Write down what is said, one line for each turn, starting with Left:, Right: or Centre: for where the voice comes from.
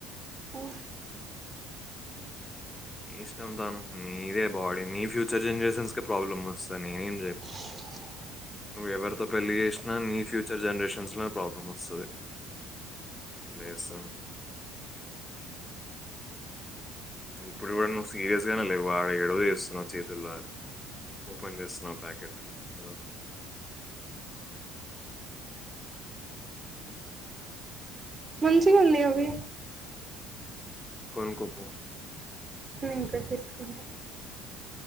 Right: ఓ
Left: ఇష్టం తను నీదే బాడీ నీ ఫ్యూచర్ జనరేషన్స్కె ప్రాబ్లమ్ వస్తది నేనేం చెప్పా
Right: అ
Left: నువ్వు ఎవరితో పెళ్లి చేసినా నీ ఫ్యూచర్ జనరేషన్స్ లోనే ప్రాబ్లం వస్తది ఇట్ల ఎస్తానవ్ ఇప్పుడు కూడా నువ్వు సీరియస్ గానే లేవు ఆడ ఎడో చేస్తున్నావు చేతుల్లనే ఓపెన్ చేస్తున్నా ప్యాకెట్ ఇగో
Right: ముంచిగ ఉన్నాయ్ అవి
Left: కొనుకో పో
Right: నేను కూడా తీసుకుంటా